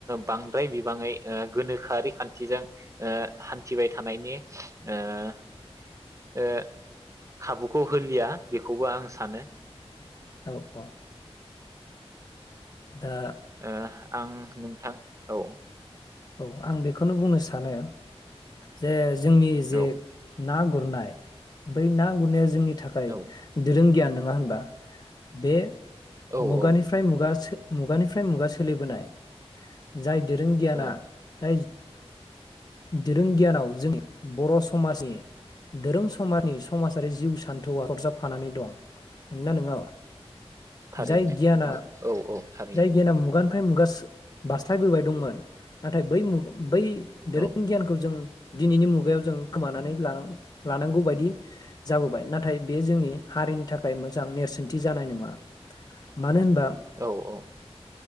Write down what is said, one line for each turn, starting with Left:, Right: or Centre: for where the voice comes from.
Right: बांद्राय बिबाङै गोनोखोआरि खान्थिजों हान्थिबाय थानायनि ओ ओ खाबुखौ होलिया बेखौबो आं सान सानो।
Left: औ औ दा
Right: ओ आं नोंथां औ
Left: औ आं बेखौनो बुंनो सानो जे। जोंनि जे
Right: औ
Left: ना गुरनाय बै ना गुरनाया जोंनि थाखाय
Right: औ
Left: दोरों गियाननो नङा होनबा बे
Right: औ
Left: मुगानिफ्राय
Right: औ
Left: मुगासो मुगानिफ्राय मुगा सोलिबोनाय जाय दोरों गियाना
Right: औ
Left: जाय दोरों गियानाव जोंनि बर' समाजनि दोरों समाजनि समाजारि जिउ सान्थौआ सरजाबफानानै दं नंना नङा
Right: थारैनो
Left: जाय गियाना
Right: औ औ औ थारैनो
Left: जाय गियान मुगानि फ्राय मुगा बास्लायबोबाय दंमोन नाथाय बै मु बै धोरों
Right: औ
Left: गियानखौ जों दिनैनि मुगायाव जों खोमानानै लानां लानांगौ बायदि जाबोबाय नाथाय बे जोंनि हारिनि थाखाय मोजां नेरसोनथि जानाय नङा। मानो होनबा
Right: औ औ